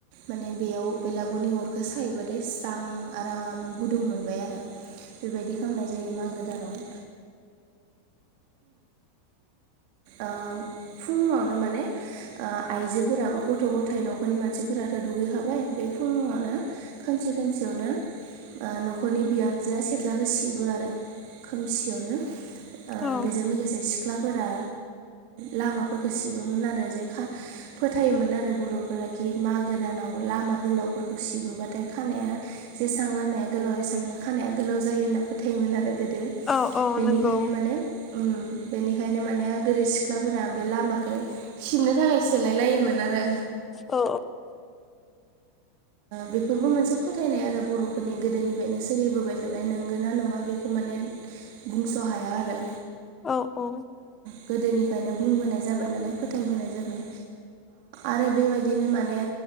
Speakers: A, on the right; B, on the left.
A: माने बेयाव बेलागुरनि अर सायोबाथाय स्रां आराम गुदुं मोनबाय आरो बेबायदि खालामनाय जायो मागो दानाव ओ फुङावनो माने आइजोफोराबो गथ' गथाय न'खरनि मानसिफोराथ' दुगैखाबाय बे फुङावनो खोमसि खोमसियावनो न'खरनि बिहामजोआ सेथ्लाखो सिबो आरो खोमसियावनो
B: औ
A: बेजों लोगोसे सिख्लाफोरा लामाफोरखौ सिबोमोन आरो जे फोथायोमोन आरो बर'फोरा कि मागो दानाव लामा गोलावफोरखौ सि बोबाथाय खानाया जेसां लामाया गोलाव एसबांनो खानाया गोलाव जायो होन्ना फोथायोमोन आरो गोदो
B: औ औ
A: बेनिखायनो
B: नंगौ
A: माने उम बेनिखायनो माने गोदै सिख्लाफोरा बे लामाखो सिबनो थाखायसो सोलाय लायोमोन आरो
B: औ
A: बेफोरबो मोनसे फोथायनाय आरो बर'फोरनि गोदोनिफ्रायनो सोलिबोबाय थानाय नंगोना नङा बेखौ माने बुंस' हाया आरो
B: औ औ
A: गोदोनिफ्रायनो बुंबोनाय जाबाय नालाय फोथायबोनाय जाबाय आरो बेबायदिनो माने